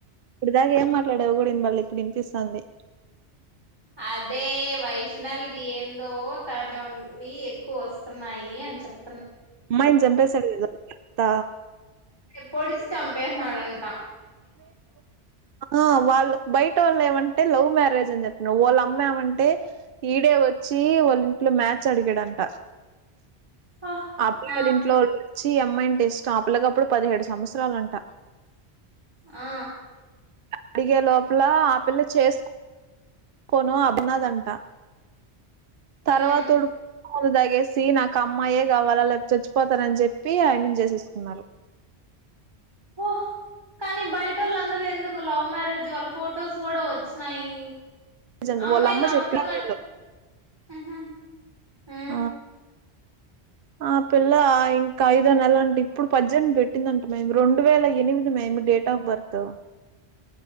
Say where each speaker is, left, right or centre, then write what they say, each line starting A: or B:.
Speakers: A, on the right (about 60°); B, on the right (about 20°).
A: ఇలాగ ఏం మాట్లాడేవు గుడా వినబడలే ఇప్పుడు వినిపిస్తాంది
B: అదే వైష్ణవిది ఏందో తనవి ఎక్కువ వస్తన్నాయి అని చెప్
A: అమ్మాయిని చంపేశాడు కదా <inaudible> త
B: ఎప్పొడిచి చంపేస్నాడంట
A: ఆ వాళ్ళకు బయటోళ్ళు ఏమంటే లవ్ మ్యారేజ్ అని చెప్పిన వాళ్ళ అమ్మెమంటే ఈడే వచ్చి వాళ్ళ ఇంట్లో మ్యాచ్ అడిగాడంట
B: ఆ
A: అప్పుళ
B: ఆ
A: ఇంట్లో వాళ్ళు చ్చి అమ్మాయింటే ఇష్టం ఆ పిల్లకి అప్పుడు పదిహేడు సంవత్సరాలు అంట
B: ఆ
A: అడిగే లోపల ఆ పిల్ల చేసుకో ను అన్నది అంట తర్వాతోడు
B: ఉమ్
A: మందు తగేసి నాకు అమ్మాయే కావాలా లేకా పోతే చచ్చిపోతానని చెప్పి ఐ మ్మి న్ చేసేసుకున్నారు.
B: ఓహ్ కానీ బయటోల్లు అందరు ఎందుకు లవ్ మ్యారేజ్ వాళ్ళ ఫొటోస్ కూడా వచ్చినాయి.
A: నిజం,
B: అమ్మాయి
A: వాళ్ళ అమ్మ
B: నవతూన్నట్ట
A: చెప్పింది వీళ్ళు.
B: హ్ హ్ ఉ
A: ఆ! ఆ పిల్ల ఇంకా ఐదో నెల అంట ఇప్పుడు పద్దేనిమిది పెట్టింధంట. మేము రెండు వేల ఎనిమిది మేమి డేట్ ఆఫ్ బర్త్